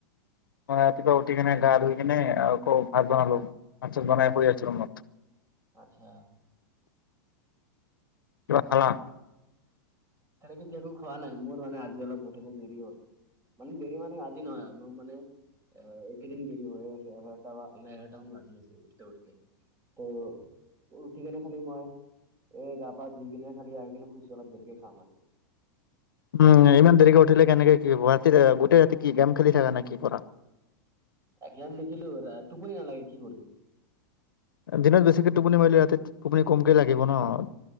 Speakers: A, on the left (about 85°); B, on the right (about 25°).
A: মই ৰাতিপুৱা উঠি কিনে, গা ধুই কিনে আকৌ ভাত বনালোঁ, ভাত চাত বনাই শুই আছোঁ ৰুমত।
B: আচ্ছা।
A: কিবা খালা?
B: <unintelligible> খোৱা নাই, মোৰ মানে আজি অলপ উঠোতে দেৰি হ'ল, মানে দেৰি মানে আজি নহয় আ। মোৰ মানে এ, এইকেদিন দেৰি হৈয়ে আছে <unintelligible> আমাৰ এঘাৰটা মান বাজি আছে উঠোতে উঠোতে, ত' উঠি কেনে <unintelligible> এই গা পা ধুই কিনে খালি আহি কিনে শুইছোঁ, অলপ দেৰিকে খাম আৰু।
A: উম, ইমান দেৰিকে উঠিলে কেনেকে কি হ'ব। গোটেই ৰাতি কি গেম খেলি থাকা নে কি কৰা?
B: এ, গেম নেখেলো। ৰা টোপনি নালাগে কি কৰিম।
A: দিনত বেছিকে টোপনি মাৰিলি ৰাতি টোপনি কমকে লাগিব ন'।